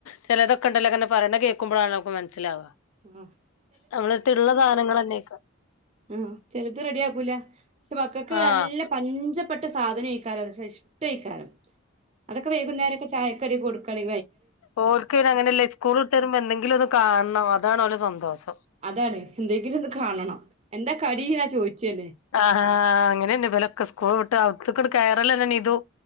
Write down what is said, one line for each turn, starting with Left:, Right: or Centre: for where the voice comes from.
Left: ചിലതൊക്കണ്ടലോ ന്ന പറേണ കേൾക്കുമ്പഴാ നമു മനസ്സിലാവു
Right: ആഹ്
Left: നമ്മളടുത്തിള്ള സാധനങ്ങൾന്നെയ
Right: ഉം ചെലത് റെഡിയ ആക്കൂല പക്ഷെ വക്കക്ക്
Left: ആഹ്
Right: നല്ല പഞ്ച ഇപ്പെട്ട സാധനം <unintelligible> അതൊക്കെ വൈകുന്നേരംക്കെ ചായക്കടി കൊടുക്കളി
Left: ഓൾക്ക് അയിനു അങ്ങനെയല്ലേ സ്കൂൾ ഇട്ട വരുമ്പോ എന്തെങ്കിലും ഒന്ന് കാണണം അതാണ് ഓര സന്തോസം
Right: അതാണ് എന്തെങ്കിലും ഒന്ന് കാണണം എന്താ കടനാ ചോദിച്ചല്ലേ
Left: ആഹ് ഹാ അങ്ങനെയന്നെ വിലൊക്കെ സ്കൂൾ വിട്ട് <unintelligible> കയറൽ എന്നെ ന ഇതു